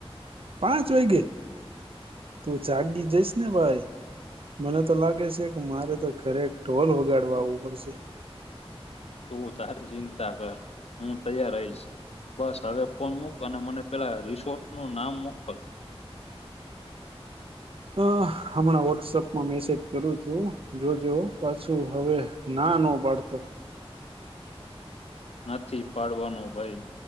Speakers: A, on the right; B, on the left.
A: પાંચ વાગે? તું જાગી જઈશ ને ભાઈ? મને તો લાગે છે કે મારે તો ઘરે ઢોલ વગાડવા આવવું પડશે.
B: તું તારી ચિંતા કર હું તૈયાર રહીશ. બસ હવે ફોન મૂક અને મને પેલા રિસોર્ટનું નામ મોકલ.
A: હ હમણાં વોટ્સઅપમાં મેસેજ કરું છું જોજો પાછું હવે ના ન પાડતો.
B: નથી પાડવાનું ભાઈ